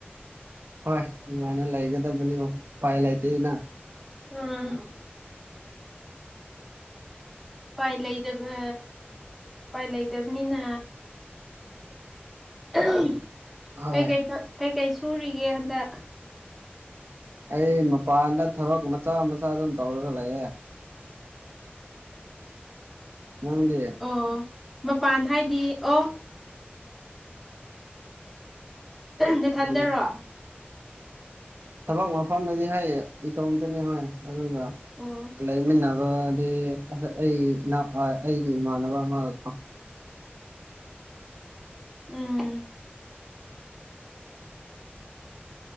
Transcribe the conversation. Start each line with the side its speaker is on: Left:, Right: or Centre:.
Right: ꯍꯣꯏ ꯅꯨꯉꯥꯏꯅ ꯂꯩꯒꯗꯕꯅꯤ ꯎꯄꯥꯏ ꯂꯩꯇꯦꯅ
Centre: ꯑꯥ ꯎꯄꯥꯏ ꯂꯩꯇꯕ ꯎꯄꯥꯏ ꯂꯩꯇꯕꯅꯤꯅ ꯑꯍꯝ
Right: ꯍꯣꯏ
Centre: ꯀꯩꯀꯩ ꯀꯩꯀꯩ ꯁꯨꯔꯤꯒꯦ ꯍꯟꯗꯛ
Right: ꯑꯩ ꯃꯄꯥꯟꯗ ꯊꯕꯛ ꯃꯆꯥ ꯃꯆꯥ ꯑꯗꯨꯝ ꯇꯧꯔꯒ ꯂꯩꯌꯦ ꯅꯪꯗꯤ
Centre: ꯑꯣ ꯃꯄꯥꯟ ꯍꯥꯏꯗꯤ ꯑꯣ ꯅꯊꯟꯗꯔꯣ
Right: ꯀꯩ ꯊꯕꯛ ꯃꯐꯝꯗꯗꯤ ꯍꯌꯦ ꯏꯇꯣꯝꯇꯅꯤ ꯍꯣꯏ ꯑꯗꯨꯒ
Centre: ꯑꯣ
Right: ꯂꯩꯃꯤꯟꯅꯕ ꯑꯥ ꯑꯩ ꯑꯩꯒꯤ ꯏꯃꯥꯟꯅꯕ ꯑꯃꯒ
Centre: ꯎꯝ